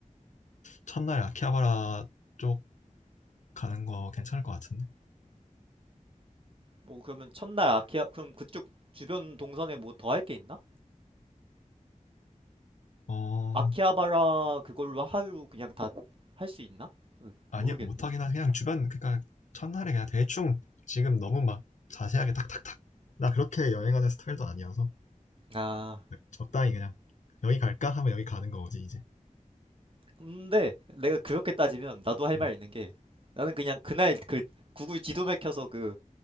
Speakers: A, on the left; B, on the right.
A: 첫날 아키하바라 쪽 가는 거 괜찮을 것 같은데
B: 뭐 그러면 첫날 아키하 그럼 그쪽 주변 동선에 뭐 더 할 게 있나?
A: 어
B: 아키하바라 그걸로 하루 그냥 다 할 수 있나? 어,
A: 아니
B: 모르겠네.
A: 못하긴 하지 그냥 주변 그러니까 첫날에 그냥 대충 지금 너무 막 자세하게 탁탁탁 나 그렇게 여행하는 스타일도 아니어서
B: 아,
A: 적당히 그냥 여기 갈까 하면 여기 가는 거지 이제
B: 근데 내가 그렇게 따지면 나도 할
A: 응.
B: 말 있는 게 나는 그냥 그날 그 구글 지도 맥혀서 그